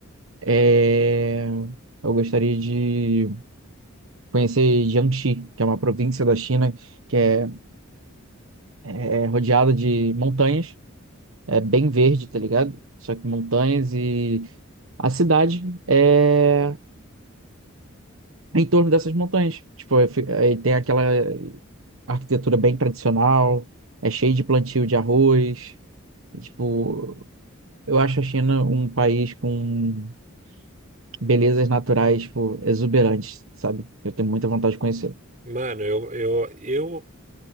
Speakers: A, on the right; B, on the right.
A: É, Eu gostaria de conhecer Jiangxi, que é uma província da China que é, é rodeada de montanhas, é bem verde, tá ligado? Só que montanhas e a cidade é em torno dessas montanhas. Tipo, é fi- aí tem aquela arquitetura bem tradicional, é cheio de plantio de arroz. É, Tipo, eu acho a China um país com belezas naturais, tipo, exuberantes, sabe? Eu tenho muita vontade de conhecer.
B: Mano, eu, eu, eu